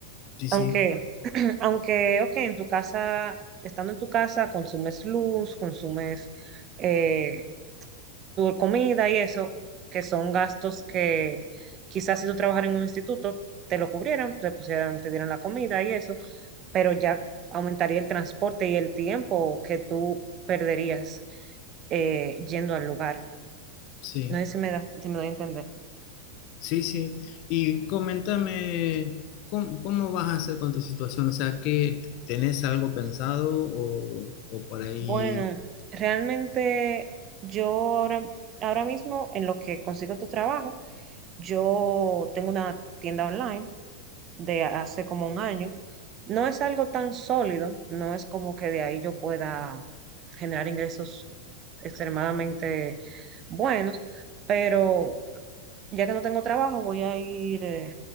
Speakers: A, on the left; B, on the right.
A: Sí,
B: Aunque,
A: sí,
B: <clears throat> aunque, ok, en tu casa, estando en tu casa, consumes luz, consumes eh, tu comida y eso, que son gastos que quizás si tú trabajas en un instituto, te lo cubrieran, te pusieran, te dieran la comida y eso, pero ya aumentaría el transporte y el tiempo que tú perderías eh, yendo al lugar.
A: sí,
B: No sé si me da, si me doy a entender.
A: sí, sí. Y coméntame, ¿cómo, cómo vas a hacer con tu situación? O sea, que tenés algo pensado o, o por ahí?
B: Bueno, realmente yo ahora, ahora mismo en lo que consigo tu trabajo, Yo tengo una tienda online de hace como un año. No es algo tan sólido, no es como que de ahí yo pueda generar ingresos extremadamente buenos, pero ya que no tengo trabajo, voy a ir eh,